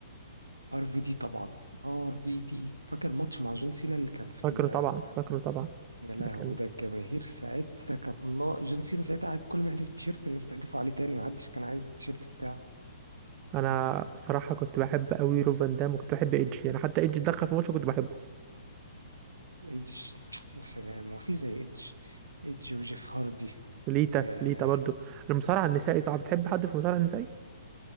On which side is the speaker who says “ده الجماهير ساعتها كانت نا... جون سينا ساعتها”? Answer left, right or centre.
Right